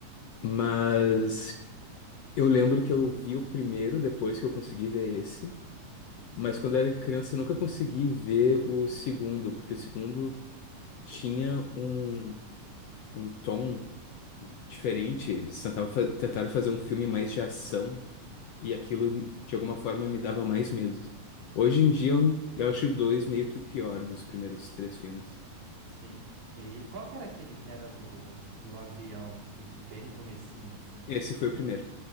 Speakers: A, on the left; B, on the right.
A: Mas Eu lembro que eu vi o primeiro depois que eu consegui ver esse, mas quando era criança eu nunca consegui ver o segundo, porque o segundo tinha um, um tom diferente. Eles tentavam, fa- tentaram fazer um filme mais de ação e aquilo de alguma forma me dava mais medo. Hoje em dia eu, eu acho o dois meio que o pior dos primeiros três filmes.
B: Sim. E qual que era aquele que era do, do avião, que bem no comecinho, assim?
A: Esse foi o primeiro.